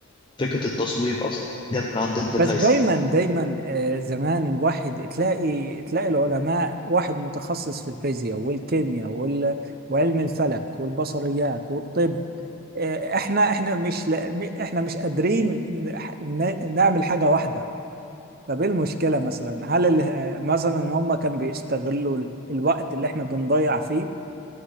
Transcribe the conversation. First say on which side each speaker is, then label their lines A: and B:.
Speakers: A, on the left (about 20°); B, on the right (about 45°).
A: فكره التصوير اصلا جت من عند ابن
B: بس
A: الهيثم
B: دايما دايما آه، زمان الواحد تلاقي تلاقي العلماء واحد متخصص في الفيزياء والكيمياء وال- وعلم الفلك والبصريات والطب آه، احنا احنا مش لا احنا مش قادرين ن- نعمل حاجة واحدة طب ايه المشكلة مثلا هل ال- مثلا هم كانوا بيستغلوا ال- الوقت اللي احنا بنضيع فيه